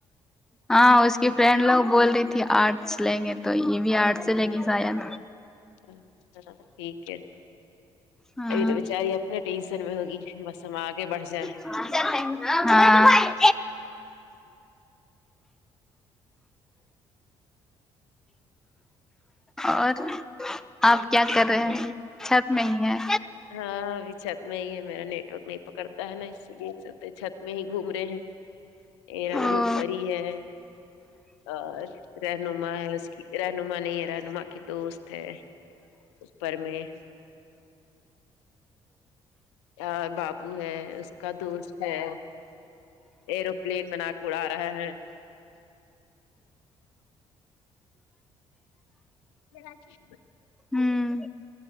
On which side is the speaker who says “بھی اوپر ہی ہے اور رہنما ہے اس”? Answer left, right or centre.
Left